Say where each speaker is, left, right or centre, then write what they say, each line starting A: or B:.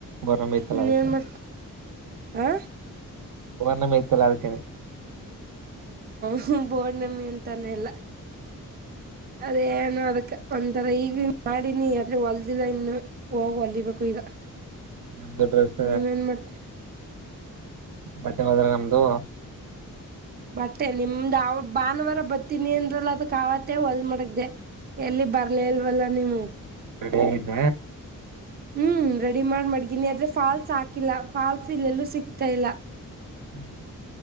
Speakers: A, on the right; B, on the right.
A: ಓರ್ನಮಿ ಇತ್ತಲ್ಲ
B: ಇನ್ನೇನ್
A: ಅದಕ್ಕೆ
B: ಮ ಹ
A: ಒಣ ಮೇತಲ್ಲಾರ್ಕನ
B: ಹ್ಮ ಪೂರ್ಣಮಿ ಅಂತಾನೆಲ್ಲ ಅದೇ ನು ಅದಕ್ಕ ಒಂಥರ ಈಗ ಮಾಡಿನಿ ಆದ್ರೆ ಹೊಲ್ದಿಲ್ಲ ಇನ್ನು ಹೋಗ್ ಅಲ್ಲಿಬೇಕು ಈಗ
A: ನಮ್ದು ಡ್ರೆಸ್
B: ನೀವೇನ್ ಮಾಡ್ತೀರಿ
A: ಬತ್ತೆ ಹದ್ರ ನಮ್ದು
B: ಮತ್ತೆ ನಿಮ್ದ ಅವ ಭಾನುವಾರ ಬರ್ತೀನಿ ಅಂದ್ರಲ್ಲ ಅದಕ್ ಆಾವತ್ತ ಹೊಲ್ ಮಾಡಡಗ್ದೆ ಎಲ್ಲಿ ಬರ್ಲಿ ಇಲ್ವಲ್ಲ ನೀವು
A: ರೆಡಿ ಆಗಿದ್ದ
B: ಹ್ಮ್ ರೆಡಿ ಮಾಡ್ ಮಾಡಗೀನಿ ಆದ್ರೆ ಫಾಲ್ಸ್ ಹಾಕಿಲ್ಲ ಫಾಲ್ಸ್ ಇಲ್ಲೆಲ್ಲೂ ಸಿಗ್ತಾ ಇಲ್ಲ
A: ಹ್ಮ್